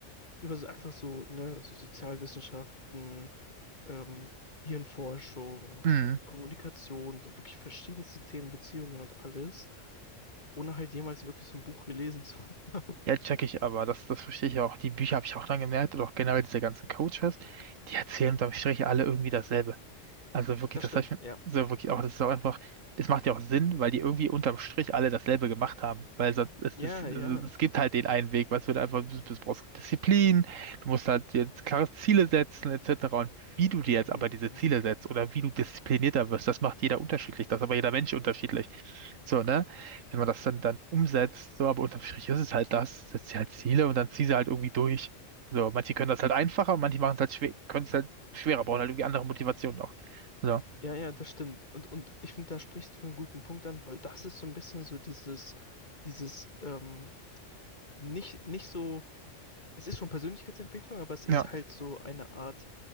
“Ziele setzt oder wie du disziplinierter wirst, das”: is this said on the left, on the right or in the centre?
Right